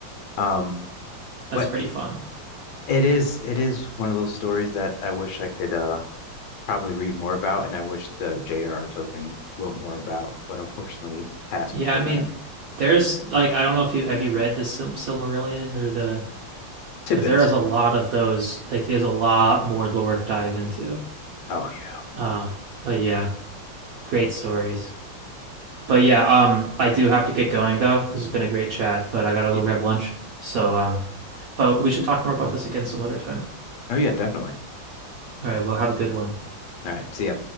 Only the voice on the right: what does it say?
That's
pretty fun.
Yeah,
I mean,
there's like I don't know if you have you read the Sil Silmarillion or the
because there is a lot of those. Like, there's a lot more lore to dive into.
Uh, but yeah, great stories. But yeah, um, I do have to get going though. This has been a great chat, but I gotta go
grab lunch. So, um, but we should talk more about this again some other time.
All right, well, have a good one.